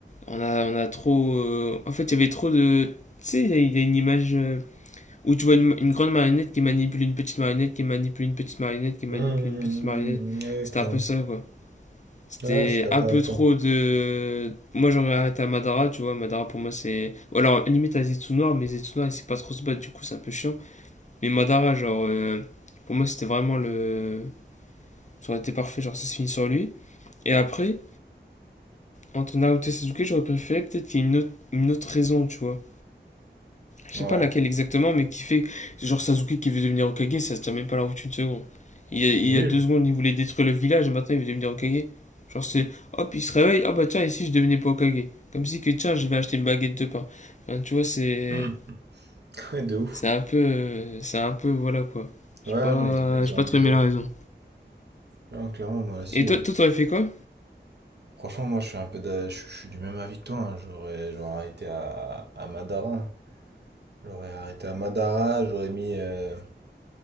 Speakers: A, on the left; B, on the right.
A: On a, on a trop. euh, En fait, il y avait trop de. Tu sais, il y a- il y a une image euh, où tu vois une, une grande marionnette qui manipule une petite marionnette, qui manipule une petite marionnette, qui
B: hmm.
A: manipule
B: Hmm,
A: une petite marionnette.
B: ouais,
A: C'était
B: clairement.
A: un peu ça, quoi. C'était
B: Ouais, je suis d'accord
A: un peu
B: avec
A: trop
B: toi.
A: de. Moi, j'aurais arrêté à Madara, tu vois. Madara, pour moi, c'est. Ou alors, limite à Zetsu noir mais Zetsunoir, il sait pas trop se battre, du coup, c'est un peu chiant. Mais Madara, genre. euh, Pour moi, c'était vraiment le. Ça aurait été parfait, genre, ça se finit sur lui. Et après, entre Naruto et Sasuke, j'aurais préféré peut-être qu'il y ait une autre, une autre raison, tu vois. Je
B: Ouais,
A: sais pas laquelle exactement, mais qui fait. Genre Sasuke qui veut devenir Hokage, ça se tient même pas la route une seconde. Il y a,
B: c'est
A: il
B: nul.
A: y a deux secondes, il voulait détruire le village et maintenant il veut devenir Hokage.
B: <clears throat>
A: Genre c'est. Hop, il se réveille, ah bah tiens, ici je devenais pas Hokage. Comme si que tiens, je vais acheter une baguette de pain. Enfin, tu vois, c'est.
B: Hmm. <laughs> De ouf.
A: C'est un peu. euh, C'est un peu. Voilà quoi. J'ai
B: Ouais, ouais,
A: pas.
B: non, ils ont, ils
A: J'ai
B: ont
A: pas
B: abusé.
A: trop aimé la raison.
B: Non, clairement, moi aussi.
A: Et toi,
B: euh,
A: toi t'aurais fait quoi
B: Franchement, moi, je suis un peu d'a- je, je suis du même avis que toi. hein. J'aurais, j'aurais arrêté à, à Madara. hein. J'aurais arrêté à Madara. J'aurais mis. euh,